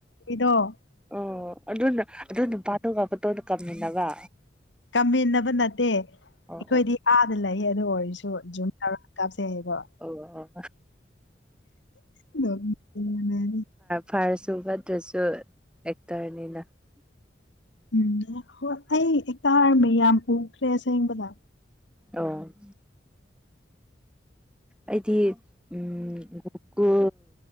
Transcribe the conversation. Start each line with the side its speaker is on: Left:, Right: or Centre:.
Left: ꯑꯣꯏꯗꯣ
Centre: ꯑꯣ ꯑꯗꯨꯅ ꯑꯗꯨ ꯅꯨꯄꯥꯇꯣꯒꯄꯠꯇꯣꯗ ꯀꯝꯃꯤꯟꯅꯕ
Left: ꯀꯝꯃꯤꯟꯅꯕ ꯅꯠꯇꯦ
Centre: ꯑꯣ
Left: ꯑꯩꯈꯣꯏꯗꯤ
Centre: ꯑꯣ
Left: ꯑꯥꯗ ꯂꯩ ꯑꯗꯨ ꯑꯣꯏꯔꯁꯨ ꯖꯨꯝ ꯇꯧꯔ ꯀꯥꯞꯆꯩ ꯍꯥꯏꯕꯣ
Centre: ꯑ
Left: <unintelligible>
Centre: ꯐꯥꯔ ꯁꯨꯒꯗ꯭ꯔꯁꯨ ꯑꯦꯛꯇꯔꯅꯤꯅ
Left: ꯎꯝ ꯍꯣꯏ ꯑꯩ ꯍꯦꯛꯇ ꯍꯔꯝꯃꯦ ꯌꯥꯝ ꯎꯈ꯭ꯔꯦꯁꯦꯡꯕꯗ
Centre: ꯑꯣ ꯑꯩꯗꯤ ꯎꯝ ꯈꯨꯣꯀꯨ